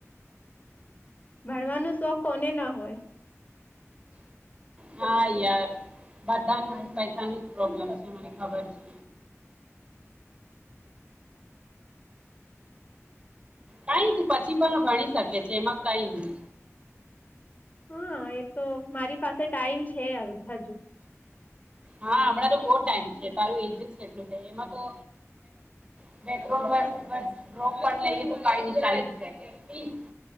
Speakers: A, on the left; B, on the right.
A: ભણવાનું શોખ કોને ના હોય.
B: હા યાર- - બધા નુ પૈસા નુ જ પ્રોબ્લેમ હોયે છે મને ખબર છે. કઈ તું પછી પણ ભણી શકે છે એમાં કઈ નહી.
A: હા એ તો મારી પાસે ટાઈમ છે હજુ.
B: હા હમણાં તો બહુ ટાઈમ છે તારું <unintelligible> હતો <unintelligible>